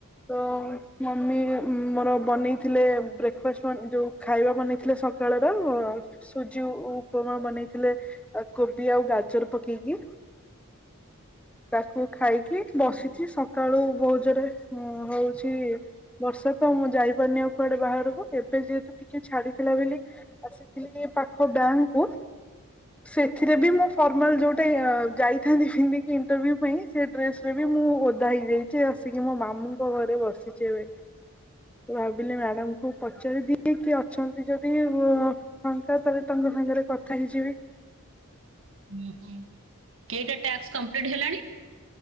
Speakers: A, in the centre; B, on the right (about 60°).
A: ତ ମମି ମର ବନେଇଥିଲେ ବ୍ରେକ୍ଫାଷ୍ଟ୍ ମଁ ଯୋଉ। ଖାଇବା ବନେଇଥିଲେ ସକାଳର। ସୁଜିକୁ ଉ ଉପମା ବନେଇଥିଲେ କୋବି ଆଉ ଗାଜର ପକେଇକି। ତାକୁ ଖାଇକି ବସିଛି ସ କାଳୁ ବହୁତ୍ ଜୋରେ ହଁ ହଉଛି। ବର୍ଷା ତ ମୁଁ ଯାଇପାରୁନି ଆଉ କୁଆଡେ ବାହାରୁକୁ ଏବେ ଯେହେତୁ ଟିକେ ଛାଡିଥିଲା ବୋଲି ଆସି। ହେଲେ ପାଖ ବ୍ୟାଙ୍କ୍ କୁ। ସେଥିରେ ବି ମୁଁ ଫର୍ମାଲ୍ ଯୋଉଟା ଇଅ ଯାଇଥାନ୍ତି ପିନ୍ଧିକି ଇଣ୍ଟରଭ୍ୟୁ ପାଇଁ ସେ ଡ୍ରେସ୍। ଫିର୍ ବି ମୁଁ ଓଦା ହେଇଯାଇଚି ଆସିକି ମୋ ମାମୁଁଙ୍କ ଘରେ ବସିଚି ଏବେ। ମୁଁ ଭାବିଲି ମ୍ୟାଡାମକୁ ପଚାରି ଦିଏ କି ଅଛନ୍ତି ଯଦି ମୁଁ। ଫାଙ୍କା ତାହେଲେ ତମ ସାଙ୍ଗରେ କଥା ହେଇଯିବି।
B: ହୁଁ ହଁ କେଇଟା ଟ୍ୟାକ୍ସ କମ୍ପ୍ଲିଟ ହେଲାଣି?